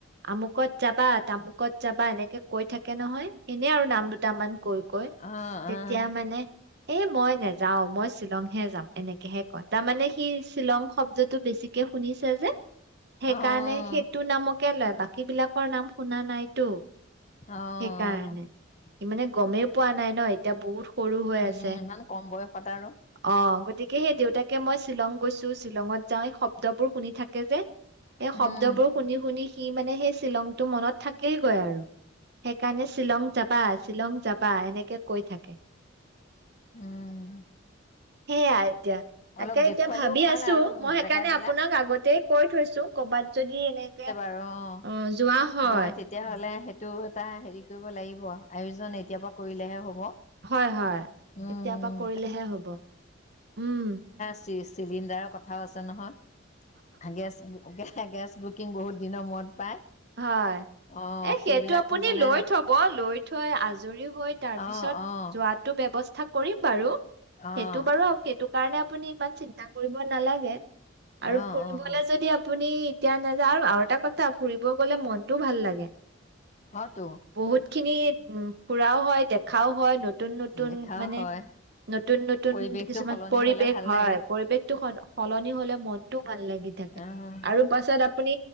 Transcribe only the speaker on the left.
অ'
অ'
অ' অ'
অ',
অ'।
উম
ইমান কম বয়সত আৰু
উম
উম।
অলপ
দেখুৱালেও
ভাল
আৰু
জেগাবিলাক
অঁ,
মই তেতিয়া হ'লে সেইটো এটা হেৰি কৰিব লাগিব, আয়োজন এতিয়াৰ পৰা কৰিলেহে হ'ব।
উম,
উম,
চি চিলিণ্ডাৰৰ কথাও আছে নহয়। <unintelligible> কুকিং বহুত দিনৰ মূৰত পায়।
অঁ
সেইবিলাকো
মানে
অঁ অঁ
অঁ
অঁ
অঁ
হয়তো
দেখাও
হয়
পৰিৱেশটো
সলনি
হ'লে ভাল
লাগে
অঁ